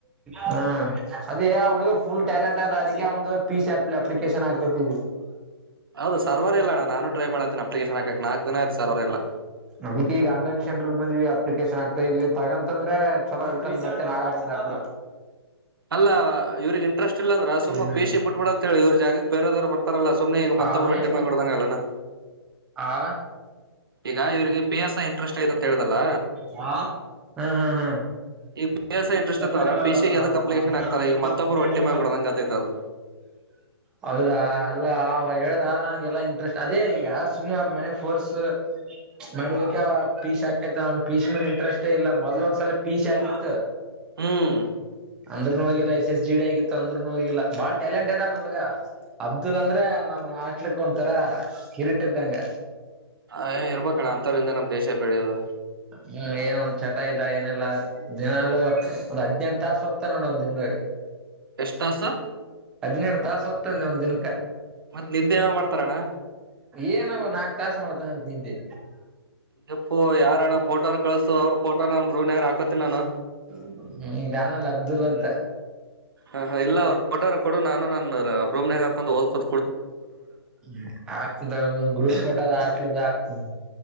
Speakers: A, in the centre; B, on the right.
A: ಅ ಹಾ- ಅದೇ ಹುಡ್ಗ ಫುಲ್ ಟ್ಯಾಲೆಂಟ್ ಆದ ಅದಕ್ಕೆ ಒಂದು ಪೀಸ್ಪ್ ಅಪ್ಲಿಕೇಶನ್ ಹಾತವಿ.
B: ಹೌದು ಸರ್ವರ್ಲ್ಲ ನಾನ ಟ್ರೈ ಮಾಡತನಿ ಅಪ್ಲಿಕೇಶನ್ ಹಾಕಕ್ ನಲ್ಕ ದಿನಯಐ ಸರ್ ಇಲ್ಲ.
A: ನ -ಈಗ ಆನ್ಲೈನ್ ಸೆಂರ್ ಬಂದ್ವಿ ಅಪ್ಲಿಕೇಶನ್ ಆಗ್ತಾ ಇದೀವಿ. ತಗಂತಂದ್ರೆ ಚಲೋ ಮತ್ತೆ ನಾಳೆ ಬಂದ ಆಗ್.
B: ಅಲ್ಲ ಇವ್ರಿಗೆ ಇಂಟ್ರೆಸ್ಟ್ ಇಲ್ಲ ಅಂದ್ರೆ ಸುಮ್ಮ
A: ಹ್ಮ್
B: ಪೇಶಿ ಬಿಟ್ಬಿಡಂತ ಹೇಳಿ ಇವ್ರ ಜಾಗಕ್ಕೆ ಬೇರೋದ್ರು ಬರ್ತಾರೆ. ರಲ್ಲ ಸುಮನೆ ಈಗ ಮತ್ತೊಬ್ರು
A: ಆಮೇಲೆ
B: ರೊಟ್ಟಿ ಮಾಡ ಕೊಡದಂಗ ಅಲ್ಲನ.
A: ಆ
B: ಈಗ ಇವ್ರಿಗೆ -ಪಿ -ಎಸ್- ಐ- ಇಂಟ್ರೆಸ್ಟ್ ಐತೆ ಅಂತ ಹೇಳ್ದಲ್ಲ.
A: ಹ್ಮ್ ಹ್ಮ್ ಹ್ಮ್
B: ಈಗ ಪಿ -ಎಸ್-ಐ -ಇಂಟರೆಸ್ಟ್
A: ಪೇಪರ್
B: ಇತ್ತು ಅಂದ್ರೆ- ಪಿ- ಸಿ -ಯಾವದಕ್ ಅಪ್ಲಿಕೇಶನ್
A: ಹದ್ನ
B: ಆಗ್ತ ಈ
A: ಇಪ್ಪತ್ತ್
B: ಮತ್ತೊಬ್ರು ಒಟ್ಟಿ
A: ಮೂರ್ಕ
B: ಮಾಡಿ ಬಿಡಂಗ ಆತ್ತೈತದು.
A: ಹೌದಾ ಹೇಳ್ದ ನಂಗೆಲ್ಲಾ ಇಂಟ್ರೆಸ್ಟ್ ಅದೇ ಈಗ ಸುಮ್ನೆ ಅವ್ರ ಮನೆ ಫೋರ್ಸ್ ಮಾಡ. ಪೀಸ್ ಹಾಕೈತ್ ನ ಪೀಸ್- ಮೇ ಇಂಟ್ರಸ್ಟ್ ಇಲ್ಲ ಮೊದ್ ಒಂದ್ಸಲ ಪೀಶಿ ಆಗಿತ್ತು.
B: ಹ್ಮ್
A: ಅಂದ್ನು ಹೋಗಿಲ್ಲ ಎಸ್ ಎಸ್- ಜಿ -ಡಿ ಆಗಿತ್ತು. ಅಂದ್ರೂನು ಹೋಗಿಲ್ಲ ಬಾಳ್ ಟ್ಯಾಲೆಂಟೆಇದಾನು ಹುಡುಗ. ಅಬ್ದುಲ್ ಅಂದ್ರೆ ನಮ್ಗೆ ಆಸ್ಲಿಕ್ ಒಂತರ ಹಿರಿಟ್ಟದ್ದಂಗ.
B: ಹೇ- ಇರ್ಬೇಕಣ್ಣ ಅಂಥವ್ರಂದ ನಮ್ ದೇಶ ಬೆಳೆಯದು.
A: ಹ್ಮ್ ಏನ ಒಂದ್ ಚಟ ಇಲ್ಲ ಏನಿಲ್ಲ ದಿನಲುೂ ಒಂದ್ ಹದ್ನೆಂಟು ತಾಸ ಹೊತ್ತ ನೋಡ ಒಂದ್ ದಿನದಾಗ.
B: ಎಷ್ಟ್ ತಾಸು
A: ಹದಿನೇಳೇಳು ತಾಸ ಒಂದತ್ತಾನೆ ಒಂದ್ ದಿನಕ್ಕೆ.
B: ಮತ್ ನಿದ್ದೆ ಮಾಡ್ತಾರಣ್ಣ
A: ಏನ-ಬ ನಾಲ್ಕ್ ತಾಸ ಮಾಡ್ತಾನ ಅಂತ ನಿದ್ದೆ
B: ಯಪ್ಪು ಯಾರಣ್ಣ ಫೋಟೋನ ಕಿಸಸು ಅವ್ರ ಫೋಟೋ ನಾನು ರೂವ್ಗರ್ ಹಾಕೋತಿನಿ ನಾನು.
A: ಹ್ಮ್ ನಾನಲ್ಲ ಅಬ್ದುಲ್ ಅಂತ
B: ಹ -ಹಾ -ಇಲ್ಲ ಅವ್ರ ಫೋಟೋರ ಕೊ ನಾನು ನನ್ನ ರೂ್ಾಗ ಹಾಕೊಂಡು ಹದಕೋ.
A: ಹ್ಮ- ಆಗ್ತನ ಗ್ರೂಪ್ ಪೋಟದ ಆಲದ ಆಗ್ತನ್.